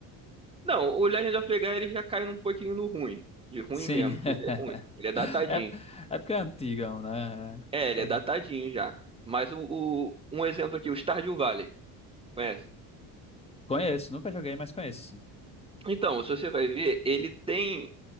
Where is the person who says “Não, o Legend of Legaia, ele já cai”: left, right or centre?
Right